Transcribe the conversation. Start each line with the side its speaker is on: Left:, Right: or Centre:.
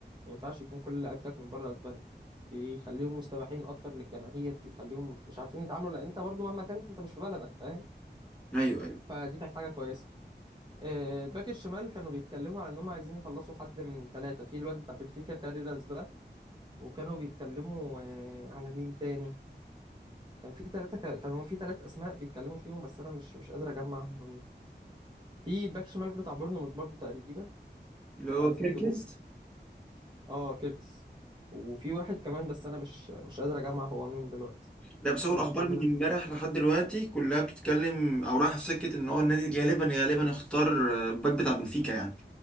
Right: ما ينفعش يكون كل لعيبتك من بره اسبانيا بيخليهم مستباحين اكتر للجماهير بيخليهم مش عارفين يتعاملوا لان انت برضو مهما كنت انت مش في بلدك فاهم
Centre: ايوه ايوه
Right: فدي كانت حاجه كويسه آه، الباك الشمال كانوا بيتكلموا على انهم عايزين يخلصوا حد من ثلاثه في الواد بتاع بنفيكا كاريراس ده وكانوا بيتكلموا آه، على مين تاني كان في ثلاثه كانوا في ثلاث اسماء بيتكلموا فيهم بس انا مش مش قادر اجمع هم مين في باك شمال بتاع بورنموث برضو تقريبا
Centre: اللي
Right: كانوا
Centre: هو
Right: عايزين
Centre: كيركز
Right: يجيبوه اه كيركس وفي واحد كمان بس انا مش مش قادر اجمع هو مين دلوقتي
Centre: لا بس هو
Right: كان
Centre: الاخبار
Right: كان
Centre: من امبارح لحد دلوقتي كلها بتتكلم او رايحه في سكه ان هو النادي غالبا غالبا اختار آه، الباك بتاع بنفيكا يعني